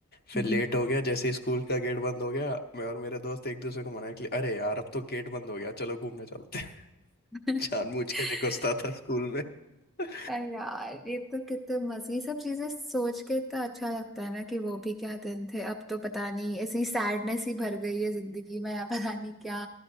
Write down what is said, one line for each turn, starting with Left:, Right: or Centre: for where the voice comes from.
Left: फिर
Centre: हम्म।
Left: लेट हो गया जैसे ही स्कूल का गेट बंद हो गया मैं और मेरे दोस्त एक दूसरे को मनाया कि अरे यार अब तो गेट बंद हो गया चलो घूमने चलते हैं
Centre: <laughs>
Left: <laughs> जानबूझ के नहीं घुसता था स्कूल में <laughs>
Centre: अरे यार ये तो कितने मजे ये सब चीजें सोच के इतना अच्छा लगता है ना कि वो भी क्या दिन थे अब तो पता नहीं ऐसी सैडनेस ही भर गई है जिंदगी में या पता नहीं क्या